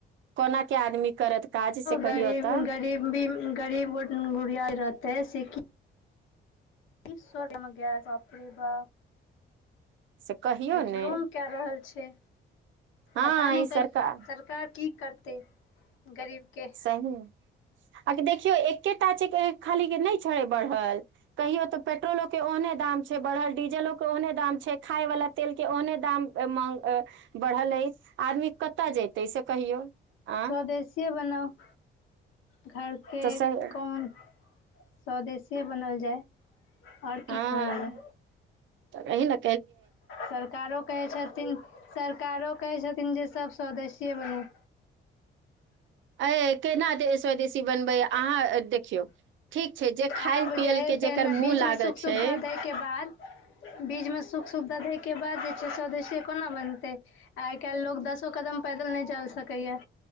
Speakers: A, on the right (about 70°); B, on the left (about 80°).
A: कोना के आदमी करत काज से कहियौ
B: गरी
A: तऽ
B: गरीब भी गरीब गुड़िया रहतेै से कि सब मे गैस बाप रे बा
A: से कहियौ
B: अ जुलूम
A: ने
B: क रहल छै छै
A: हँ
B: पता नहि
A: ई
B: कै
A: सरकार
B: सरकार की करतै गरीबके
A: सही है। आ देखियो एकेटा छै खाली के नहि छै बढ़ल कहियो तऽ पेट्रोलो के ओहने दाम छै बढ़ल डीजलो के ओने दाम छै खाय वाला तेल के ओहने दाम बढ़ल अछि आदमी क कतऽ जेतै से कहियौ आ
B: स्वदेशीए बनाउ खैर के
A: तऽ सही-
B: कोन स्वदेशीए बनल जाय आओर की
A: हँ
B: कहल जाय
A: तऽ कही न
B: सरकारो कहै छथिन सरकारो कहै छथिन जे सब स्वदेशी बने
A: अ केना स्वदेशी बनबै अहाँ देखियौ ठीक छै जे
B: आब
A: खायल पियल
B: जे हइ
A: के
B: पहिने
A: जेकर मुँह
B: बीचमे
A: लागल
B: सुख सुविधा
A: छै
B: दैके बाद बीचमे सुख सुविधा दैके बाद जे छै स्वदेश्य कोना बनतै आइ काल्हि लोक दसो कदम पैदल नहि जा सकैए